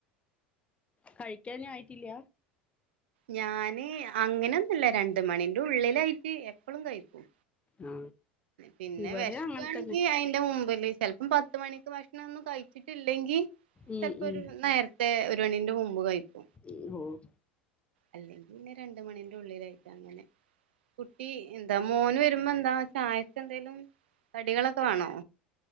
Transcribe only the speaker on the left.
കഴിക്കാനായിട്ടില്ല
ആ
ഇവിടെ
അങ്ങനെ തന്നെ
ഉം
ഉം.
ഹ്മ് ഓഹ്